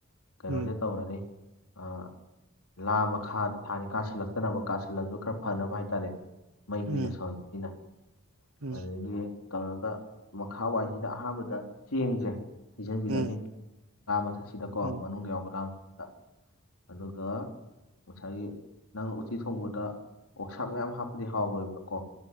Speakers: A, on the left; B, on the right.
A: ꯀꯩꯅꯣꯖꯦ
B: ꯎꯝ
A: ꯇꯧꯔꯅꯤ ꯑꯥ ꯂꯥ ꯃꯈꯥꯗ ꯊꯥꯅꯤ ꯀꯥꯥꯁꯜꯂꯛꯇꯅꯕ ꯀꯥꯥꯁꯜꯂꯖꯨ ꯈꯔ ꯐꯅꯕ ꯍꯥꯏꯇꯥꯔꯦ ꯃꯩ
B: ꯎꯝ
A: ꯀꯨꯏꯅ ꯁꯧꯍꯟ ꯅꯤꯅ
B: ꯎꯝ
A: ꯑꯗꯒꯤ ꯇꯧꯔꯒ ꯃꯈꯥ ꯋꯥꯏꯁꯤꯗ ꯑꯍꯥꯟꯕꯗ ꯆꯦꯡꯖꯦ ꯍꯩꯖꯟꯕꯤꯔꯅꯤ
B: ꯎꯝ
A: ꯂꯥ ꯃꯊꯛꯁꯤꯗꯀꯣ
B: ꯎꯝ ꯎꯝ ꯎꯝ ꯎꯝ ꯎꯝ
A: ꯃꯅꯨꯡꯗ ꯌꯥꯎꯕ ꯂꯥ ꯃꯊꯛꯁꯤꯗ ꯑꯗꯨꯒ ꯉꯁꯥꯏꯒꯤ ꯅꯪꯅ ꯎꯆꯤ ꯊꯣꯡꯕꯗ ꯑꯣꯛꯁꯥ ꯃꯌꯥꯝ ꯍꯥꯞꯄꯗꯤ ꯍꯥꯎꯔꯣꯏꯕꯀꯣ